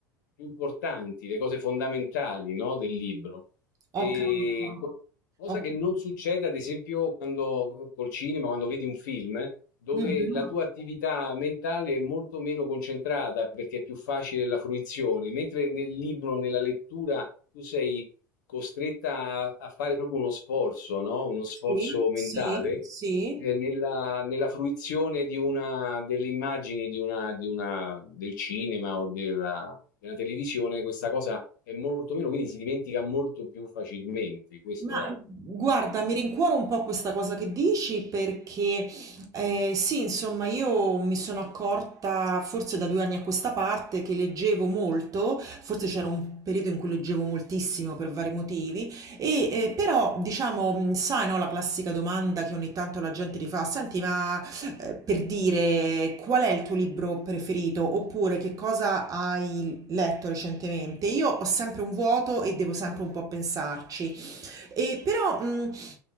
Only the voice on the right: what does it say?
Ho capito.
Ho
capito.
Mhm.
Sì,
sì, sì.
Ma
guarda, mi rincuoro un po' questa cosa che dici perché eh, sì, insomma, io mi sono accorta forse da due anni a questa parte che leggevo molto, forse c'era un periodo in cui leggevo moltissimo per vari motivi, e eh, però diciamo, mh, sai, no, la classica domanda che ogni tanto la gente ti fa, senti, ma eh, per dire qual è il tuo libro preferito oppure che cosa hai letto recentemente? Io ho sempre un vuoto e devo sempre un po' pensarci. E però mh,